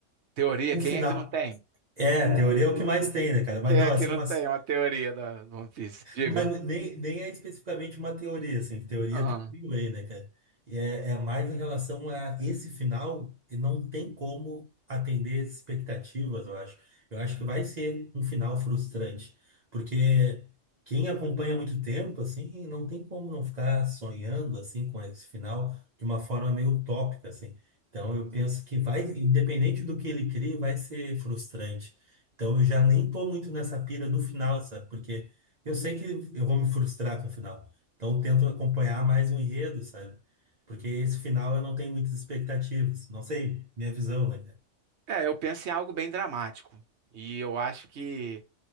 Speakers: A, on the right; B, on the right.
A: Teoria,
B: o
A: quem
B: final
A: é que não tem?
B: é, teoria é o que mais tem, né, cara? Mas
A: Quem
B: não,
A: é
B: assim,
A: que não
B: umas
A: tem uma teoria da do One Piece? Diga.
B: mas nem, nem é especificamente uma teoria, assim, que teoria
A: Ah.
B: tem mil aí, né, cara? E É, é mais em relação a esse final, e não tem como atender expectativas, eu acho. Eu acho que vai ser um final frustrante, porque quem acompanha há muito tempo, assim, não tem como não ficar sonhando, assim, com esse final de uma forma meio utópica, assim. Então, eu penso que vai, independente do que ele crie, vai ser frustrante. Então, eu já nem tô muito nessa pira do final, sabe? Porque eu sei que eu vou me frustrar com o final. Então eu tento acompanhar mais o enredo, sabe? Porque esse final eu não tenho muitas expectativas. Não sei, minha visão, né, cara?
A: É, eu penso em algo bem dramático. E eu acho que